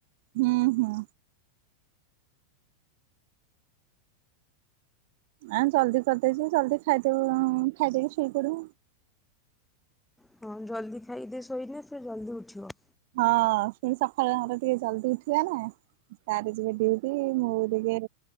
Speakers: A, on the right; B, in the centre.
A: ହୁଁ ହୁଁ। ଆ ଜଲଦି କରିଦେଇ ଯିବୁ ଜଲଦି ଖାଇଦବୁ ଖାଇଦେଇବି ଶୋଇ ପଡିବୁ।
B: ହଁ ଜଲଦି ଖାଇଦି ଶୋଇନେ ସେ ଜଲଦି ଉଠିବ।
A: ହଁ ପୁଣି ସକାଳେ ଘର ଟିକେ ଜଲଦି ଉଠିବେ ନା। ସାର ଯିବେ ଡିଉଟି ମୁଁ ଟିକେ।